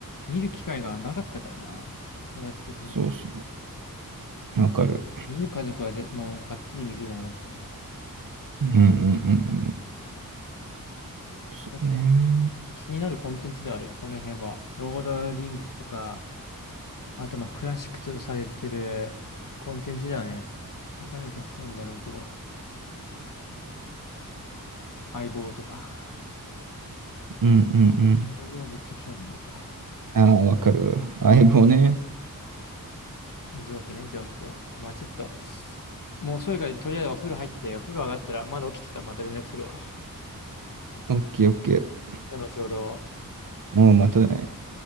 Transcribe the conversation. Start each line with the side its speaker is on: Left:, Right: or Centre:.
Left: 見る機会がなかったからな。私的には。
Right: そうそう。わかる。
Left: 見る家族はぜ、もうがっつり見るだろうしね。
Right: うんうんうんうん。そうね。
Left: 確かに。気になるコンテンツである、その辺は。ロード・リングスとか、あとまあクラシックとされてるコンテンツだよね。他にもたくさんあるだろうけど。相棒とか。
Right: うんうんうん。
Left: 相棒めっちゃ興味ないか。
Right: ああ、わかるわ。相棒ね。
Left: ジョークね、ジョーク、ジョーク。まあちょっと、もう遅いからとりあえずお風呂入って、お風呂上がったら、まだ起きてたらまた連絡するわ。
Right: オッケーオッケー。
Left: じゃあ後ほど。
Right: もうまたね。